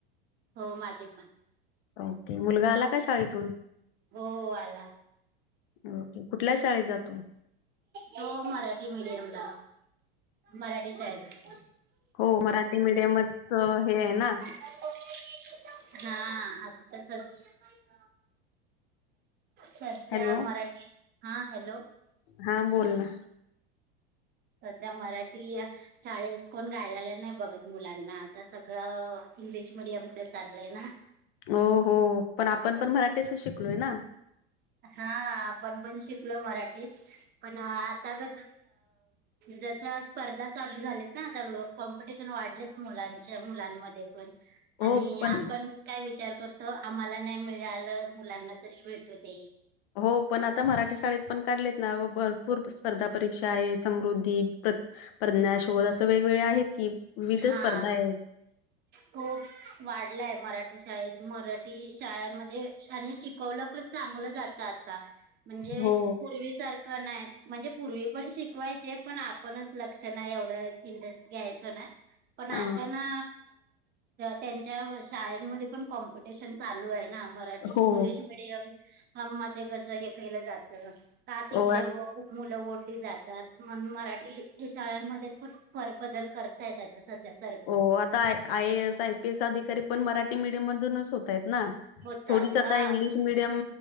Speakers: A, on the right; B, on the left.
A: हो. माझी पण.
B: ओके. मुलगा आला का? शाळेतून.
A: हो आला
B: ओके. कुठल्या शाळेत जातो?
A: तो, मराठी मीडियमला. मराठी शाळेत.
B: हो मराठी मिडियम च हे आहे ना.
A: हा. आता स सध्या,
B: हॅलो.
A: मराठी हा हॅलो.
B: हा, बोल ना.
A: सध्या मराठी शाळेत कोण घालायला नाही बघत मुलांना. आता सगळं इंग्लिश मिडियम कडे चाललंय ना.
B: हो हो. पण आपण पण मराठीच शिकलोय ना.
A: हा, आपण पण शिकलो मराठीत पण आता कस जस स्पर्धा चालू झाले ना आता, कॉम्पिटिशन वाढलेच मुलांच्या,, मुलांमध्ये पण.
B: हो
A: आणि
B: पण
A: आपण काय विचार करतो, आम्हाला नाही मिळालं, मुलांना तरी भेटू दे.
B: हो, पण आता मराठी शाळेत पण, काढलेत ना, भरपूर स्पर्धा परीक्षा आहे, समृद्धी. प्रज्ञा शोध, असं वेगवेगळे आहेत की. विविध
A: हा.
B: स्पर्धा आहे.
A: खोप वाढलाय मराठी शाळेत, मराठी शाळांमध्ये आणि शिक वल पण चांगलं जात आता, म्हणजे
B: हो
A: पूर्वी सार ख नाही, म्हणजे पूर्वी पण शिकवायचे, पण आपणच लक्ष नाही, एवढं इंटरेस्ट घ्यायचो नाही. पण आता
B: अ,
A: ना, त्यांच्या शाळमध्ये पण कॉम्पिटिशन चालू आहे ना, मराठी,
B: हो.
A: English, medium. <unintelligible> कस हे केलं जात, का तिकडे-
B: ओ
A: खूप मुलं ओढली जातात, म्हणून मराठी शाळांमध्ये पण फार बदल करतात. <unintelligible> सध्या सरकार
B: ओ आता I A S, I P S अधिकारी पण मराठी मीडियम मधूनच होत आहेत ना.
A: होतात
B: थोडीच
A: हा
B: आता इंग्लिश मीडि यम